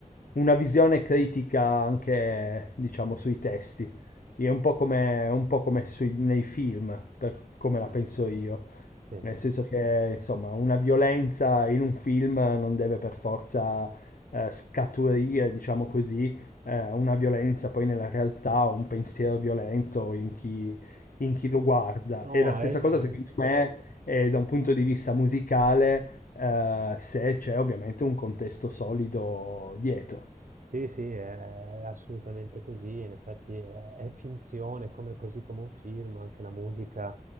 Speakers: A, on the left (about 70°); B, on the right (about 65°).
A: una visione critica anche, diciamo, sui testi. È un po' come, un po' come sui- nei film, per come la penso io.
B: sì.
A: Nel senso che, insomma, una violenza in un film non deve per forza eh, scaturire, diciamo così, eh, una violenza poi nella realtà o un pensiero violento in chi, in chi lo guarda.
B: No,
A: E la stessa
B: eh, eh.
A: cosa, secondo me, è da un punto di vista musicale, eh, se c'è ovviamente un contesto solido dietro.
B: Sì, sì, è assolutamente così, in effetti è, è finzione, come, così come un film, anche la musica